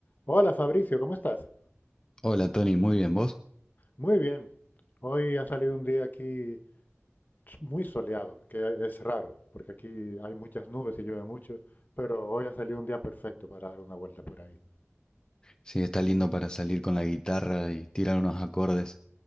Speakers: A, on the left; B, on the left.
A: Hola Fabricio, ¿cómo estás?
B: Hola Tony, muy bien, ¿vos?
A: Muy bien. Hoy ha salido un día aquí muy soleado, que es raro, porque aquí hay muchas nubes y llueve mucho, pero hoy ha salido un día perfecto para dar una vuelta por ahí.
B: Sí, está lindo para salir con la guitarra y tirar unos acordes.